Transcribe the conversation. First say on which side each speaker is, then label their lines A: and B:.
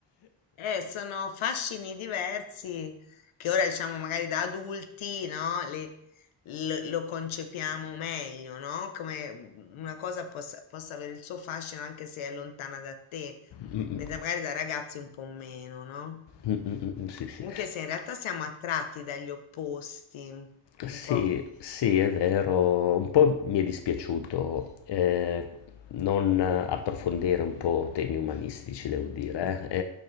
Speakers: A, on the left (about 85°); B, on the left (about 60°).
A: Eh, sono fascini diversi che ora diciamo magari da adulti, no? Le- lo, lo concepiamo meglio, no? Come mm, una cosa possa, possa avere il suo fascino anche se è lontana da te,
B: Mm, mm,
A: mentre magari da ragazzi un po' meno, no?
B: mm, mm, mm, mm, sì, sì.
A: Anche se in realtà siamo attratti dagli opposti, un
B: Sì,
A: po'.
B: sì, è vero, un po' mi è dispiaciuto. eh, non eh, approfondire un po' temi umanistici, devo dire. eh.